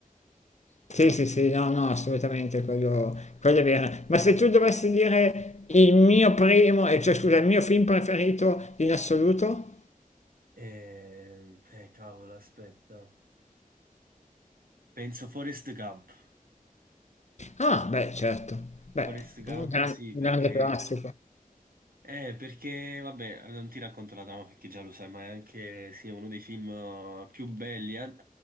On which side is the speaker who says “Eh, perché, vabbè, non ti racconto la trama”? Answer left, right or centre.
Right